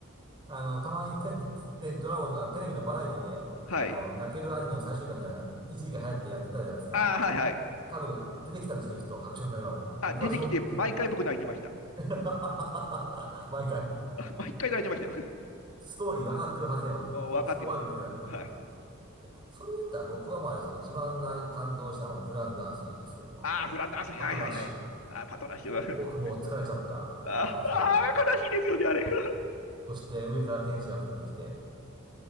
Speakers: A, on the right; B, on the left.
A: あの、たまにテ、で、ドラゴンの、あテレビのバラエティで、
B: はい。
A: あの、泣けるアニメの最終回みたいなのが一時期流行ってやってたじゃないですか。
B: ああはいはい。
A: 多分出てきたんでしょうね、きっと、ハクション大魔王も。
B: あ、
A: 僕はその
B: 出てきて、毎回僕泣いてました。
A: <laughs> 毎回。
B: <laughs> 毎回泣いてましたよ。
A: ストーリー分かってるはずやのに。
B: <laughs> 分かってる。
A: その場面見て泣くという。
B: はい。
A: それ言ったら僕はもうあれですよ。一番な感動したのはフランダースのいいんですよ。もうネロ。
B: ああ、フランダースに、
A: パトラッシュ。
B: はいはいはい。ああパトラッシュ。<laughs>
A: 僕もう疲れちゃった。
B: ああ悲しいですよね、
A: あの一言で。
B: あれ。<laughs>
A: そして上から天使が降ってきて。